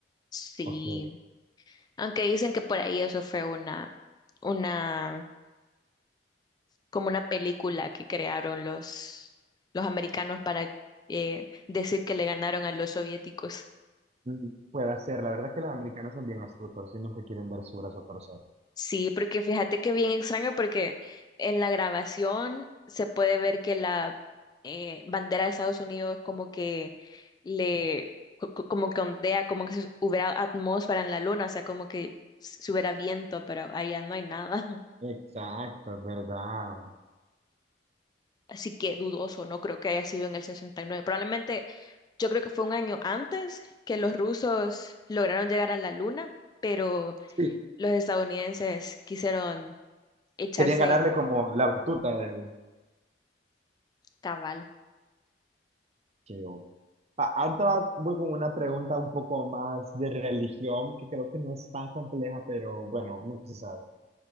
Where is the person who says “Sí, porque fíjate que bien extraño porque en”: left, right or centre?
Left